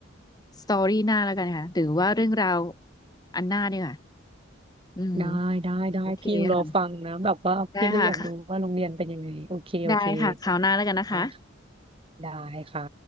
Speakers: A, on the left (about 20°); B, on the right (about 25°).
A: สตอรี่หน้าแล้วกันค่ะหรือว่าเรื่องราวอันหน้าดีกว่าอืม
B: ได้ได้ได้พี่ยังรอฟังนะแบบว่าพี่ก็อยากรู้ว่าโรงเรียนเป็นยังไงโอเคโอเค
A: โอเคค่ะได้ค่ะค่ะได้ค่ะคราวหน้าแล้วกันนะคะ
B: ได้ค่ะได้ค่ะ